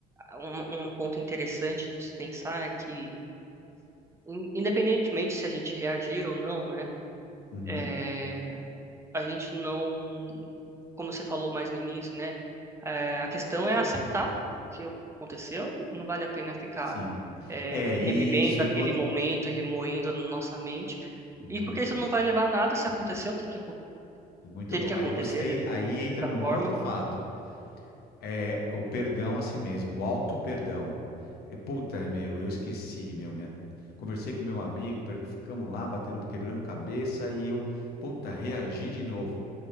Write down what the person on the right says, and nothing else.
um, um ponto interessante de se pensar é que, in- independentemente se a gente reagir ou não, né?
eh, a gente não, como você falou mais no início, né? é, a questão é aceitar o que aconteceu. Não vale a pena ficar
é,
revivendo
aquele
momento e remoendo na nossa mente.
E porque isso
não vai levar a nada se aconteceu, tem que, acon-
teve
que acontecer
desse-
dessa
forma.